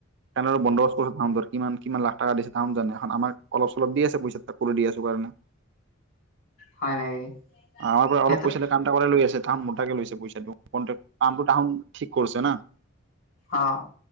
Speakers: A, on the right; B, on the left.
A: কেনে বন্দবস্ত কৰিছ তাহুন ধৰ কিমান কিমান লাখ টকা দিছে তাহুন জানে। এখন আমাক অলপ চলপ দি আছে পইচা কৰি দি আছো কাৰণে
B: হয় নেকি
A: আমাৰ পৰা
B: সিহঁতে
A: অলপ পইচাতে কামটা কৰাই লৈ আছে। অ মোটাকে লৈছে পইচাটো তাহুন ঠিক কৰিছে না।
B: অ।